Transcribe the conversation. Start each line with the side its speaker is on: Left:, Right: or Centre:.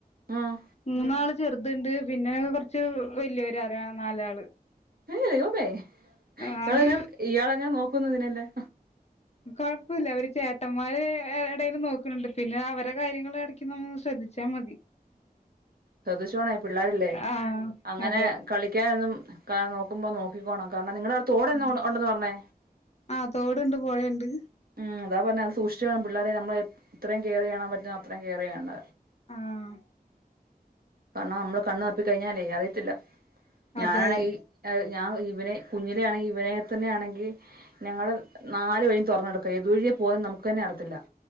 Right: ആഹ്
Left: മൂന്നാള് ചെർത്ണ്ട് പിന്നെ കൊർച്ച് വല്യോരാറിയ നാലാള്
Right: ദെയ് വമേ
Left: ആഹ്
Right: ഇയാളെങ്ങാൻ ഇയാളെങ്ങനെ നോക്കുന്നതിനെയെല്ലാം
Left: കുഴപ്പമില്ല അവര് ചേട്ടന്മാര് എടയിൽ നോക്ക്ണ് ണ്ട് പിന്നെ അവരെ കാര്യങ്ങൾ എടക്ക് നമ്മ ശ്രദ്ധിച്ച ച്ചാമതി
Right: ശ്രദ്ധിച്ചോണേ പിള്ളേരല്ലേ
Left: ആഹ്
Right: അങ്ങനെ
Left: അതെ
Right: കളിക്കാനൊന്നും നോക്കുമ്പോ നോക്കിക്കോണം കാരണം നിങ്ങളട് തോടെന്താ
Left: ആഹ്
Right: ഉണ്ടന്ന് പറഞ്ഞേ
Left: ആഹ് തോടുണ്ട് പൊഴണ്ട്
Right: ഉം അതാ പറഞ്ഞ അത് സൂക്ഷിച്ചോണം പിള്ളേരെ നമ്മള് എത്രയും കെയർ ചെയ്യാൻ പറ്റുന്ന അത്രയും കെയർ ചെയ്യണ്ട
Left: ആഹ്
Right: കാരണം നമ്മള്
Left: അങ്ങനെ
Right: കണ്ണ് തപ്പി കഴിഞ്ഞാലേ അറിയത്തില്ല ഞാനാണെങ്കി
Left: അതെ
Right: ഞാൻ ഇവനെ കുഞ്ഞിലെ ആണെങ്കി ഇവനെ തന്നെ ആണെങ്കി ഞങ്ങളെ നാല് വഴിം തുറന്നെടുക്ക ഏതു വഴിയേ പോകുംന്ന് നമുക്ക് തന്നെ അറത്തില്ല